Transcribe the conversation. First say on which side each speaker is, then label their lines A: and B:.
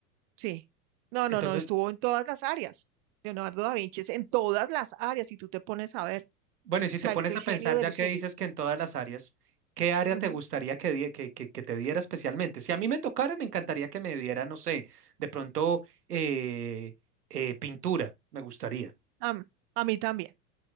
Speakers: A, on the right; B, on the right.
A: Sí. No,
B: Entonces,
A: no, no, estuvo en todas las áreas. Leonardo da Vinci es en todas las áreas, si tú te pones a ver.
B: Bueno, y si
A: O
B: te
A: sea,
B: pones
A: él es el
B: a
A: genio
B: pensar,
A: de
B: ya
A: los
B: que
A: genios.
B: dices que en todas las áreas, ¿qué área
A: Ujú.
B: te gustaría que, die- que, que- que te diera especialmente? Si a mí me tocara, me encantaría que me diera, no sé, de pronto eh, eh, pintura, me gustaría.
A: Am- a mí también,